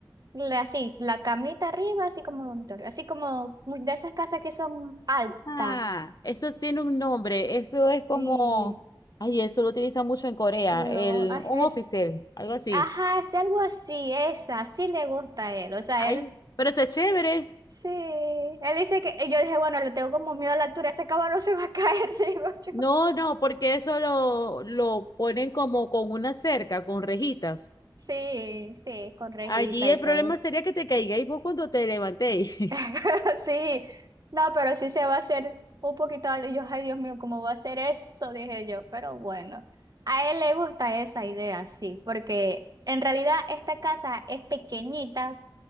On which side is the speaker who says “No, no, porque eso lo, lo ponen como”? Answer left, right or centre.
Left